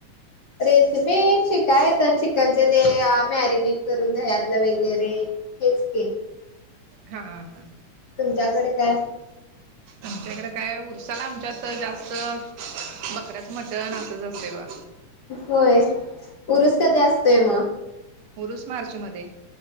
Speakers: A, on the left (about 55°); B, on the right (about 70°).
A: रेसिपी िकय येतात चिकनचे ते मॅरिनेट करून दयातलं वगैरे. हेच क.
B: हा हा हा.
A: तुमच्याकडे काय
B: आमच्याकडें काय उरसाला आमच्यात जास्त बकऱ्याच म्हट तरन असच असते ब
A: होय पुरुस कधी असतोय मग
B: मुरुस मार्च मध्ये